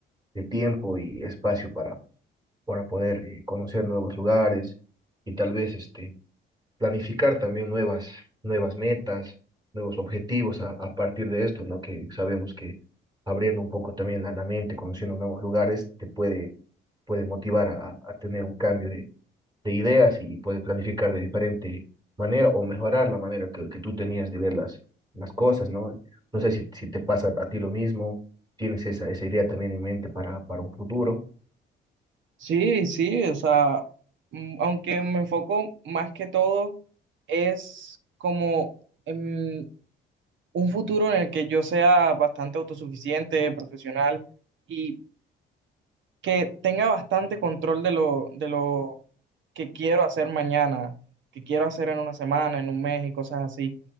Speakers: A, on the right; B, on the right.
A: de tiempo y espacio para, para poder eh, conocer nuevos lugares y tal vez este, planificar también nuevas, nuevas metas, nuevos objetivos a, a partir de esto, ¿no? Que sabemos que abriendo un poco también la, la mente, conociendo nuevos lugares, te puede, puede motivar a, a tener un cambio de de ideas y puedes planificar de diferente manera o mejorar la manera que, que tú tenías de ver las, las cosas, ¿no? No sé si, si te pasa a ti lo mismo, tienes esa, esa idea también en mente para, para un futuro.
B: Sí, sí, o sea, mm, aunque me enfoco más que todo, es como en un futuro en el que yo sea bastante autosuficiente, profesional y que tenga bastante control de lo, de lo que quiero hacer mañana, que quiero hacer en una semana, en un mes y cosas así.